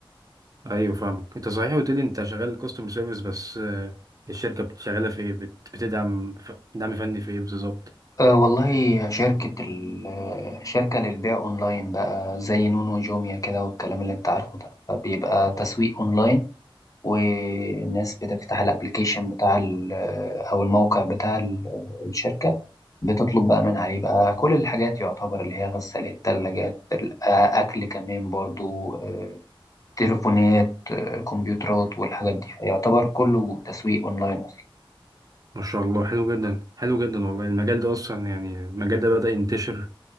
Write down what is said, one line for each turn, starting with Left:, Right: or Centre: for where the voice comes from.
Right: ايوه فاهمك انت صحيح قلت لي انت شغال كاستمر سيرفيس بس آه، الشركه بتشغلها في ايه بت- بتدعم ف- دعم فني في ايه بالظبط
Left: أه والله شركة ال- شركة للبيع أونلاين بقى زي نونو وجوميا كده والكلام اللي أنت عارفه ده فبيبقى تسويق أونلاين والناس بتفتح الأبليكيشن بتاع ال- أو الموقع بتاع ال- الشركة بتطلب بقى من عليه بقى كل الحاجات يعتبر اللي هي غسالات تلاجات ال- آه، أكل كمان برضو آه، تليفونات آه، كمبيوترات والحاجات دي يعتبر كله تسويق أونلاين
Right: ما شاء الله حلو جدا حلو جدا والله المجال ده اصلا يعني المجال ده بدأ ينتشر